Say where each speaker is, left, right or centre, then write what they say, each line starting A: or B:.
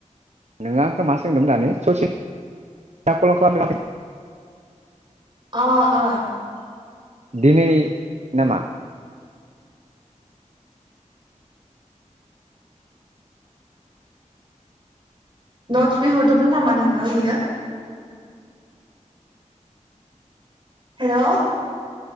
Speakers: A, on the right (about 60°); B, on the right (about 40°).
A: नोङो आंखौ मा सोंदोंमोन दानि ससिना कल खालामदों।
B: अ अ।
A: दिनै नामा?
B: नटस बिहरदोंमोन नामा नोंनाव इयो? हेलौ।